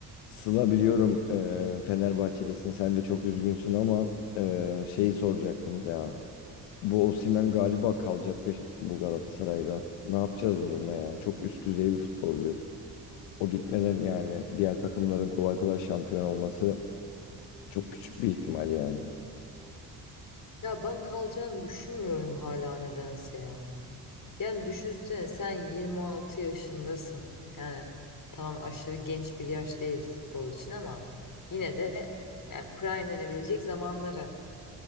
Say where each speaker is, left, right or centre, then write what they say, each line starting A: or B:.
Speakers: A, on the left (about 70°); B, on the left (about 40°).
A: Sıla biliyorum eee Fenerbahçelisin. Sen de çok üzgünsün ama eee, şeyi soracaktım ya. Bu Osimhen galiba kalacak beş- bu Galatasaray'da. Ne yapacağız bununla ya? Çok üst düzey bir futbolcu. O gitmeden yani diğer takımların kolay kolay şampiyon olması çok küçük bir ihtimal yani.
B: Ya ben kalacağını düşünmüyorum hala nedense ya. Yani düşünsene sen 26 yaşındasın. Yani tamam aşırı genç bir yaş değil futbol için ama yine de yani prime denebilecek zamanları.